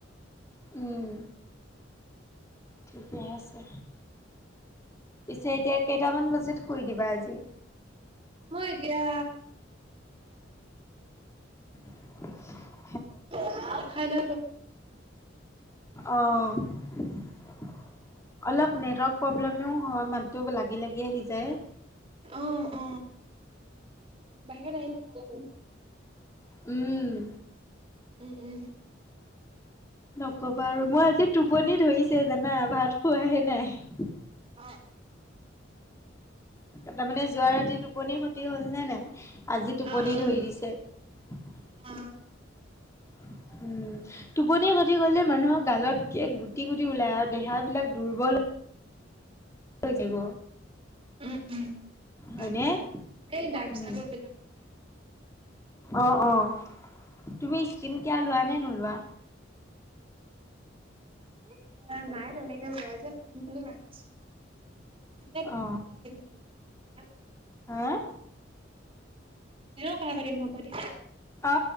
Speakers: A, on the left; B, on the right.
A: উম ঠিকে আছে। পিছে এতিয়া কেইটামান বজাত শুই দিবা আজি
B: মই এতিয়া।
A: <unintelligible>
B: আৰু খাই লৈ অলপ-
A: অ অলপ নেটৱৰ্ক প্ৰব্লেম- হয় মাতটো লাগি লাগি আহি যায়।
B: অ অ বাহিৰত আহিলে ভাল। আৰু
A: উম
B: উম উম
A: নকবা আৰু মই আজি টোপনি ধৰিছে জানা ভাত খোৱাহে নাই
B: অ অ
A: তাৰমানে যোৱা ৰাতি টোপনি ক্ষতি হল নে নাই আজি টোপনি
B: অ', অ', অ
A: ধৰি দিছে।
B: অ
A: <unintelligible> উম টোপনি ক্ষতি গলে মানুহৰ গালত গুটি গুটি ওলায় আৰু দেহাবিলাক দুৰ্বল। হৈ যাব।
B: উম, উম,
A: হয়নে
B: হয়, হয়। এই ডাৰ্ক
A: উম।
B: চাৰ্কল বিলাকো হয়,
A: অ অ তুমি স্কিন কিয় লোৱা নে নোলোৱা।
B: এ এ নাই তেনেকে লয় যে লম বুলি ভাবিছো। দিয়া দিনত
A: অ
B: কথা পাতিম নহলে হা হ'ব দিয়া
A: হা
B: দিনত কথা পাতিম হব দিয়া।
A: অ